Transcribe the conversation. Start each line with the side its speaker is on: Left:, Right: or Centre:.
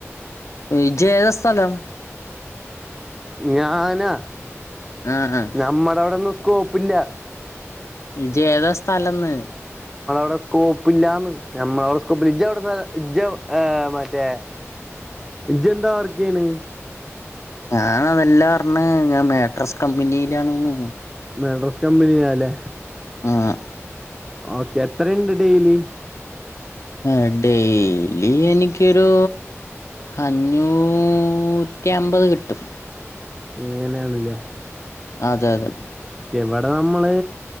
Left: എ ഇജ്ജ് ഏതാ സ്ഥലം?
Centre: ഞ് ഞാനാ?
Left: ആഹ് ആഹ്
Centre: നമ്മടെ അവിടൊന്നും സ്കോപ്പില്ല
Left: ഇജ്ജ് ഏതാ സ്ഥലംന്ന്
Centre: എടാ സ്കോപ്പ് ഇല്ലാന്ന് ഞമ്മളവിടെ സ്‌കോപ്പില്ല, ഇജ്ജെവിടെ സ്ഥലം? ഇജ്ജ് ഏഹ് മറ്റേ ഇജ്ജ് എന്താ വർക്ക് ചെയ്യണെ?
Left: ഞാൻ അതെല്ലാ പറഞ്ഞ് ഞാൻ മാട്രസ് കമ്പനിയിലാണ്ന്ന്.
Centre: മാട്രസ് കമ്പനിയാല്ലേ?
Left: ആഹ്
Centre: ഓക്കെ എത്രയ്ണ്ട് ഡെയ്ലി?
Left: ഏഹ് ഡെയ്ലി എനിക്കൊരൂ അഞ്ഞൂറ്റമ്പത് കിട്ടും.
Centre: അങ്ങനെയാണ് ല്ലേ?
Left: അതെ അതെ.
Centre: ഇവടെ നമ്മള്